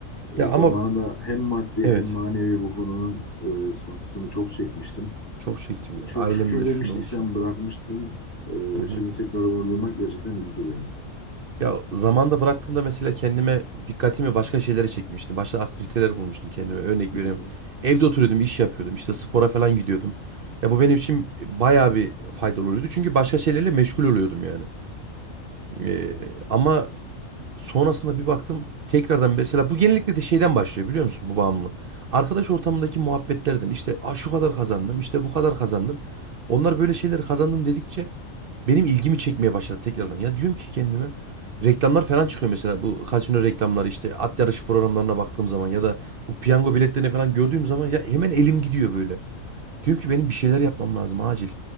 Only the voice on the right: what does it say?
Ya
ama
evet.
Çok çektim ya.
Ailem
de
şunda olsun.
Hı hı.
Ya zamanda bıraktığımda mesela kendime dikkatimi başka şeylere çekmiştim. Başka aktiviteler bulmuştum kendime. Örnek vereyim.
Evde oturuyordum, iş yapıyordum. İşte spora falan gidiyordum. Ya bu benim için bayağı bir faydalı oluyordu. Çünkü başka şeylerle meşgul oluyordum yani. Ee, ama Sonrasında bir baktım tekrardan mesela bu genellikle de şeyden başlıyor biliyor musun bu bağımlılık. Arkadaş ortamındaki muhabbetlerden işte "Aa, şu kadar kazandım işte bu kadar kazandım. Onlar böyle şeyleri kazandım dedikçe benim ilgimi çekmeye başladı tekrardan. Ya diyorum ki kendime reklamlar falan çıkıyor mesela bu kasino reklamları işte at yarışı programlarına baktığım zaman ya da bu piyango biletlerini falan gördüğüm zaman ya hemen elim gidiyor böyle. Diyorum ki benim bir şeyler yapmam lazım acil.